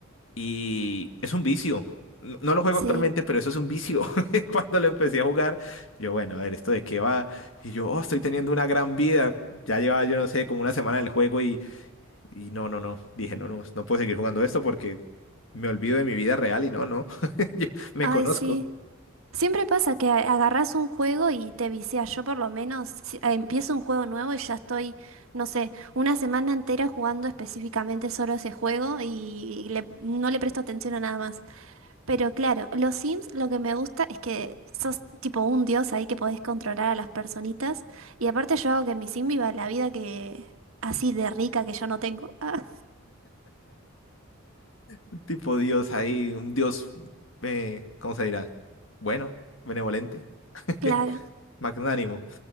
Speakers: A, on the left (about 65°); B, on the right (about 80°).
A: Y es un vicio. No no lo juego
B: Sí.
A: actualmente, pero eso es un vicio. <laughs> Cuando lo empecé a jugar, yo, bueno, a ver, ¿esto de qué va? Y yo, oh, estoy teniendo una gran vida. Ya llevaba, yo no sé, como una semana en el juego y, y no, no, no. Dije, no, no, no puedo seguir jugando esto porque me olvido de mi vida real y no, no. <laughs> Yo me
B: Ay,
A: conozco.
B: sí. Siempre pasa que a- agarrás un juego y te viciás. Yo por lo menos si- eh, empiezo un juego nuevo y ya estoy, no sé, una semana entera jugando específicamente solo ese juego y le- no le presto atención a nada más. Pero claro, los Sims lo que me gusta es que sos tipo un dios ahí que podés controlar a las personitas. Y aparte yo hago que mi Sim viva la vida que así de rica que yo no tengo. Ah,
A: Un Tipo Dios ahí, un Dios, eh, ¿cómo se dirá? Bueno, benevolente, <laughs>
B: claro.
A: magnánimo.